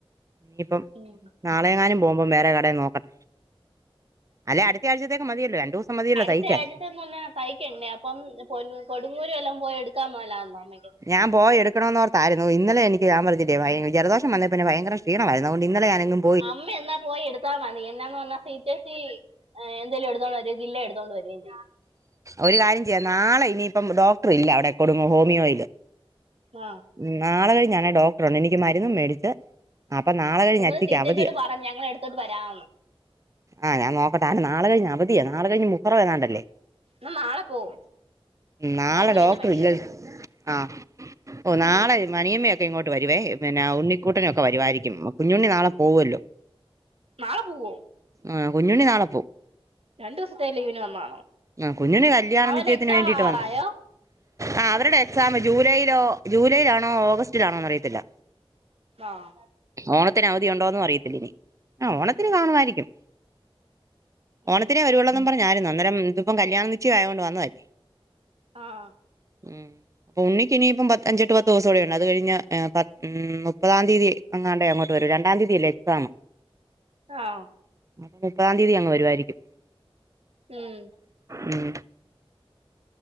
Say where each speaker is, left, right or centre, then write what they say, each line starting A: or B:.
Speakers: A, on the right; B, on the right.
A: ഇനിയിപ്പം
B: ഉം
A: നാളെങ്ങാനും പോകുമ്പം വേറെ കടയിൽ നോക്കട്ടെ അല്ലെ അട്ത്തയാഴ്ചത്തേക്ക് മതിയല്ലോ രണ്ടു ദിവസം മതിയല്ലോ
B: അടുത്ത
A: തയ്ക്കാൻ
B: കഴിഞ്ഞത്തെന്നന്ന് പറഞ്ഞാ തയ്ക്കണ്ടേ അപ്പം പൊ കൊടുങ്ങൂരു എല്ലാം പോയി എടുക്കാൻ പോലാന്നോ അമ്മയ്ക്ക്
A: ഞാൻ പോയ എടുക്കണന്ന് ഓർത്തായിരുന്നു ഇന്നല എനിക്ക് ഞാൻ പറഞ്ഞല്ലേ ജലദോഷം വന്നൽന്നെ ഭയര ക്ഷീണമായിരുന്നുതൊണ്ട് ഇന്നലെ ഞാനെങും
B: അമ്മ എന്നാ പോയി എടു <unintelligible> എന്നാന്ന് പറഞാൽ ചേച്ചേച്ചി എന്തേലും എടുത്തോണ്ട് വരോ ജില്ല എടുത്തോണ്ട് വരകയും ചെയ്യും
A: ഒരു കാര്യം ചെയ്യാാം നാളെ ഇനിയിപ്പം ഡോക്ടർ ഇല്ല അവിടെ കൊടുങ്ങും ഹോമിയോയില്
B: ആഹ്
A: ഉം നാളെ കഴിഞാനേൽ ഡോക്ടറുണ്ട് എനിക്ക് മരുന്നുന്ന് മേടിച്ചത് അപ്പൊ നാളെ കഴിഞ്ഞച്ചിക്ക
B: അങ്ങനെ സീറ്റേച്ചിയോട്
A: അവധിയ
B: പറഞ്ഞു ഞങ്ങൾ എടുത്തോണ്ട് വരാമെന്ന്
A: ആഹ് ഞാൻ നൊക്കട്ടെ ആഹ് നാളെ കയിഞ്ഞ് അവധിയ നാളെ കഴിഞ് മുഹറ അങ്ങണ്ടല്ലേ
B: ഞാൻ നാളെ പോവും
A: നാളെ
B: മരുന്ന്
A: ഡോക്ടർ
B: പിന്നെ മേടിക്കാം
A: ഇല്ല ആഹ് ഓ നാളെ
B: ഉം
A: മണിയമ്മയൊക്കെ ഇങ്ങോട്ട് വരുവേ പിന്നെ ഉണ്ണിക്കൂട്ടനൊക്കെ വരുവായിരിക്കും കുഞ്ഞുണ്ണി നാളെ പോവൊല്ലോ
B: നാളെ പോവും
A: ആഹ് കുഞ്ഞുണ്ണി നാളെ പോവും
B: രണ്ടുസത്തെ ലീവിന് വന്നാണോ
A: ആഹ് കുഞ്ഞുണ്ണി കല്യാണ
B: അവന്
A: നിശ്യത്തിന്
B: എക്സാം
A: വേണ്ടിയിട്ട്
B: ആവാറായോ
A: വന്ന് ആഹ് അവരുടെ എക്സാം ജൂലൈയിലോ ജൂലൈയിലാണോ ഓഗസ്റ്റിലാണോന്ന് അറിയത്തില്ല
B: ആഹ്
A: ഓണത്തിന് അവധി ഉണ്ടോന്ന് അറിയത്തില്ലിനി ആ ഓണത്തിന് കാണുമായിരിക്കും
B: ഉം.
A: ഓണത്തിനെ വരുയുള്ളുന്നുപറഞ്ഞാരുന്നു അന്നേരം ഇതിപ്പം കല്യാണനിച്ചായായോണ്ട് വന്നതല്ലേ
B: ആഹ്
A: ഉം അപ്പൊ ഉണ്ണിക്കിനിയിപ്പം പത്ത് അഞ്ചെട്ട്പത്തുസം കൂടിഉണ്ട് അത്കഴിഞ്ഞാ ഏഹ് ഉം മുപ്പതാതീയ്യതി ങ്ങാണ്ടെ അങ്ങോട്ട് വരൂ രണ്ടാതീതില്ലേ എക്സാമ്
B: ആഹ്
A: മുപ്പതാതീ അങ്ങ് വരുവായിരിക്കും
B: ഉം
A: ഉം